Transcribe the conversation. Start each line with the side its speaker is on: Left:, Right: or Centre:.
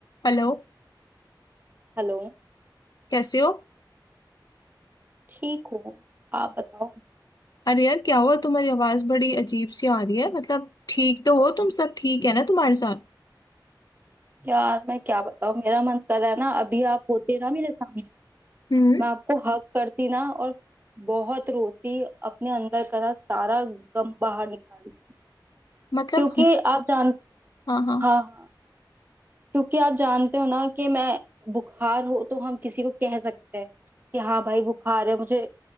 Left: Hello
Right: Hello
Left: कैसे हो
Right: ठीक हूँ आप बताओ
Left: अरे यार क्या हुआ तुम्हारी आवाज बड़ी अजीब सी आ रही है मतलब ठीक तो हो तुम सब ठीक है ना तुम्हारे साथ
Right: यार मैं क्या बताऊँ मेरा मन कर रहा है ना अभी आप होते ना मेरे सामने
Left: हम्म
Right: मैं आपको हक करती ना और बहुत रोती अपने अंदर का ना सारा गम बाहर निकाली
Left: मतलब
Right: क्योंकि आप जान
Left: हाँ हाँ
Right: हाँ हाँ क्योंकि आप जानते हो ना कि मैं बुखार हो तो हम किसी को कह सकते हैं कि हाँ भाई बुखार है मुझे